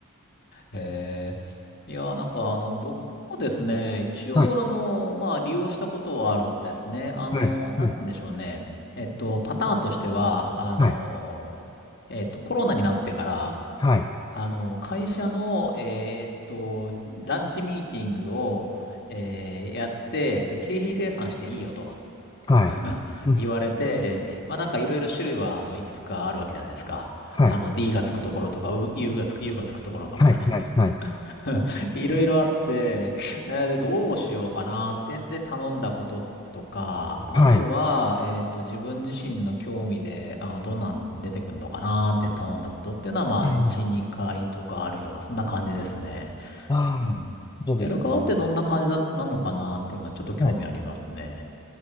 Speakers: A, on the left; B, on the left.
A: えー、いやー、なんかあの、僕もですね、一応あの、
B: はい。
A: まあ利用したことはあるんですね。あの、
B: はい。
A: なんて言うんでしょうね。
B: はい。
A: えっと、パターンとしては、あの、
B: はい。
A: えっと、コロナになってから、
B: はい。
A: あの、会社の、えーっと、ランチミーティングを、えーやって、で、経費精算していいよと
B: はい。
A: <laughs>
B: うん。
A: 言われて、まあなんかいろいろ種類は、あの、いくつかあるわけじゃないですか。
B: はい。
A: あの、D がつくところとか、U がつく、U がつくところとか
B: はい。はい。はい。
A: <laughs> いろいろあって、えーで、どうしようかなってんで頼んだこととか、あとは、
B: はい。
A: えっと、自分自身の興味で、あの、どんなん出てくるのかなって頼んだことっていうのは、まあ、
B: ええ。
A: 1、2回とかあるような、そんな感じですね。
B: あ
A: うん。
B: あ、そうですね。
A: やる側ってどんな感じだ、なのかなっていうのは、ちょっと興味ありますね。
B: はい。